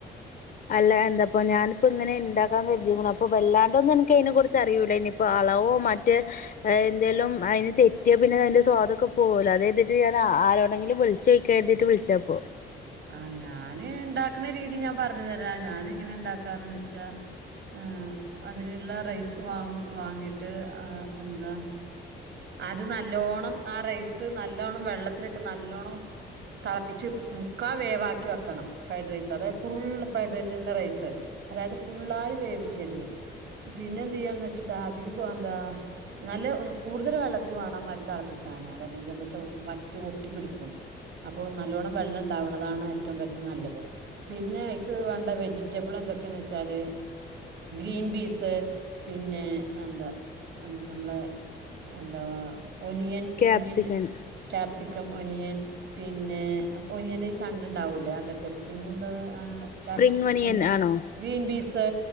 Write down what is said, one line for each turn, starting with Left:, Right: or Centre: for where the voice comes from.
Left: അല്ല എന്തപ്പ ഞാനിപ്പോ ഇങ്ങനെ ഉണ്ടാക്കാൻ കരുതിക്കണം അപ്പൊ വല്ലാണ്ടൊന്നും എനക്ക് അതിനെ കുറിച്ച് അറിയൂല്ല ഇനി ഇ അളവോ മറ്റേ എന്തേലും അതിന് തെറ്റിയോ പിന്നെ അതിന്റെ സ്വാദൊക്കെ പോകലോ അത് എഴതിട്ട് ഞ ആ ആരോണെങ്കില വിളിച്ചോക്കാ ന്ന് കരുതിയട്ട് വിളിച്ചാപ്പോ
Right: ആഹ ഞാാന് ഉണ്ടാക്കണ രീതി ഞാൻ പറഞ്ഞു തരാം ഞാാന എങ്ങനെ ഇണ്ടാക്കാറ്ന്ന് വെച്ചാ ആ ഏ അതിനുള്ള റൈസ് വാ വാങ്ങിട്ട് ആ എന്താ അത് നല്ലോണം ആ റൈസ് നല്ലോണം വെള്ളത്തിലിട്ട് നല്ലോണം തിളപ്പിച്ച് മുക്കാ വേവാക്കി വെക്കണം ഫ്രൈഡ് റൈസ് അതായത് ഫുള്ള് ഫ്രൈഡ് റൈസ് ചിന്ന റൈസ് അതായത് ഫുള്ളായി വേവിച്ചത് പിന്നെ എന്ത് ചെയ്യാണന്ന് വെച്ചിട്ടാ അധിക എന്താ നല്ല കൂടുതൽ വെള്ളത്തിൽ വേണം മരു തിളപ്പിക്കാൻ അതല്ലെങ്കിൽ എന്താച്ചാ മറ്റ് ഒട്ടിപ്പിടിക്കും അപ്പൊ നല്ലോണ്ണം വെള്ളം ഉണ്ടാവുന്നതാണ് ഏറ്റവും നല്ലത് പിന്നെ എനിക്ക് വേണ്ട വെജിറ്റബിൾ എന്തൊക്കെയന്ന് വെച്ചാല് ഗ്രീൻ പീസ് പിന്നെ എന്താ നമ്മള് എന്താ ഒനിയൻ
Left: ക്യാപ്സിക്കൻ
Right: ഒനിയൻ ക്യാപ്സക് ക്കം ഒനിയൻ പിന്നെ ഒനിയന്റെ ഈ തണ്ട ഉണ്ടാവൂല്ലേ അതൊക്കെ പിന്നെ എന്താ ആ കാപ്സിക്
Left: സ്പ്രിംഗ് ഒനിയൻ
Right: പിന്നെ
Left: ആണോ
Right: ഗ്രീൻ ബീസ്